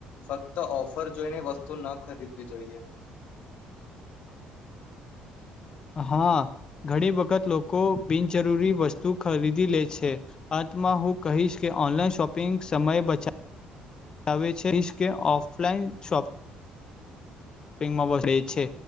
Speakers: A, on the left (about 70°); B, on the left (about 30°).
A: ફક્ત ઓફર જોઈને વસ્તુ ન ખરીદવી જોઈએ.
B: હા ઘણી વખત લોકો બિનજરૂરી વસ્તુ ખરીદી લે છે. અંતમાં હું કહીશ કે ઓનલાઈન શોપિંગ સમયે બચાવા વે છે ઈશ કે ઓફલાઈન શોપિ પિમાં બ એ છે